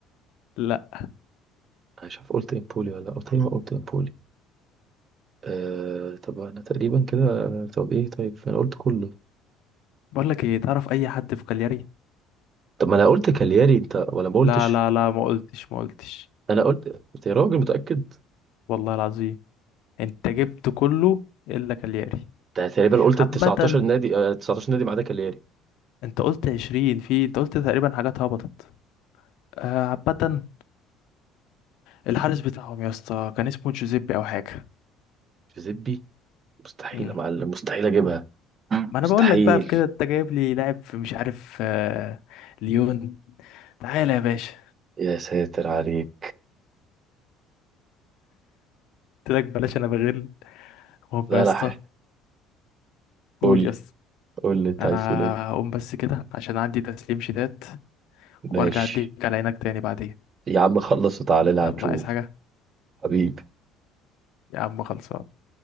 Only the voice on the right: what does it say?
انا مش عارف قلت امبولي ولا قلت ايه، ما قلت امبولي آه طب انا تقريبا كده طب ايه طيب انا قلت كله
طب ما انا قلت كالياري انت ولا ما قلتش
انا قلت انت يا راجل متاكد
انت تقريبا قلت
ال 19 نادي آه 19 نادي ما عدا كالياري
جوزيبي مستحيل
يا معلم مستحيل اجيبها مم.
مستحيل
يا ساتر عليك
لا
لا
قول
لي
قول لي انت
عايز تقول ايه
ماشي
يا عم خلص وتعالى لي هنشوف
حبيبي